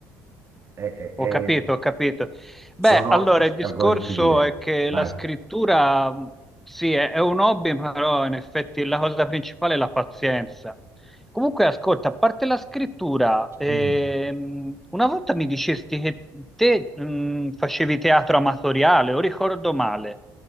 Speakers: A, on the right (about 35°); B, in the centre.
A: è- è-
B: Ho
A: è-
B: capito, ho capito. Beh,
A: sono
B: allora il discorso
A: argomenti diversi.
B: è che
A: Vai.
B: la scrittura mh, sì, è, è un hobby, però in effetti la cosa principale è la pazienza. Comunque, ascolta, a parte la scrittura, ehm,
A: Mm.
B: una volta mi dicesti che te mh, facevi teatro amatoriale, o ricordo male?